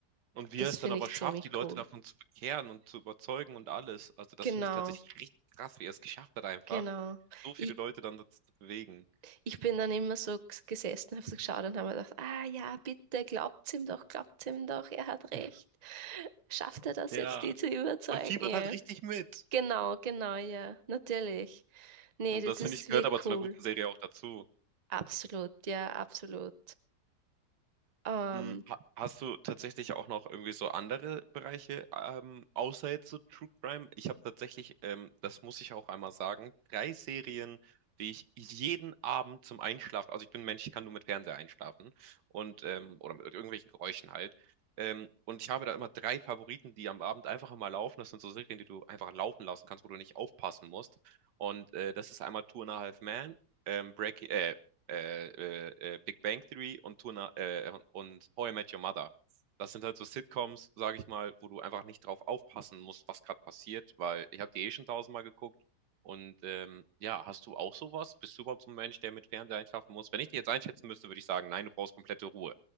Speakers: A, on the right (about 90°); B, on the right (about 40°).
A: Und wie
B: Das
A: er es
B: finde
A: dann aber
B: ich
A: schafft,
B: ziemlich
A: die Leute
B: cool.
A: davon zu bekehren und zu überzeugen und alles. Also, das
B: Genau,
A: finde ich tatsächlich richtig krass, wie er es geschafft hat, einfach.
B: genau.
A: so viele
B: Ich,
A: Leute dann dazu zu bewegen.
B: ich bin dann immer so g- gesessen, habe so geschaut und habe mir gedacht, ah ja, bitte, glaubt's ihm doch, glaubt's ihm doch, er hat recht.
A: <laughs>
B: Schafft er das
A: Ja,
B: jetzt, die zu überzeugen?
A: man fiebert
B: Ja.
A: halt richtig mit.
B: Genau, genau, ja, natürlich. Nee,
A: Und
B: das
A: das finde
B: ist
A: ich gehört
B: wirklich
A: aber zu
B: cool.
A: einer guten Serie auch dazu.
B: Absolut, ja, absolut. Ähm,
A: Hm, ha- Hast du tatsächlich auch noch irgendwie so andere Bereiche, ähm, außer jetzt so True Crime? Ich habe tatsächlich, ähm, das muss ich auch einmal sagen, drei Serien, die ich jeden Abend zum Einschlafen, also ich bin ein Mensch, ich kann nur mit Fernseher einschlafen und ähm, oder mit irgendwelchen Geräuschen halt. Ähm, und ich habe da immer drei Favoriten, die am Abend einfach immer laufen. Das sind so Serien, die du einfach laufen lassen kannst, wo du nicht aufpassen musst. Und äh, das ist einmal Two and a Half Men, ähm, Breaking, äh, äh, äh, äh, Big Bang Theory und, Tuna, äh, und How I Met Your Mother. Das sind halt so Sitcoms, sage ich mal, wo du einfach nicht drauf aufpassen musst, was gerade passiert, weil ich habe die eh schon tausendmal geguckt. Und ähm, ja, hast du auch sowas? Bist du überhaupt so ein Mensch, der mit Fernseher einschlafen muss? Wenn ich dich jetzt einschätzen müsste, würde ich sagen, nein, du brauchst komplette Ruhe.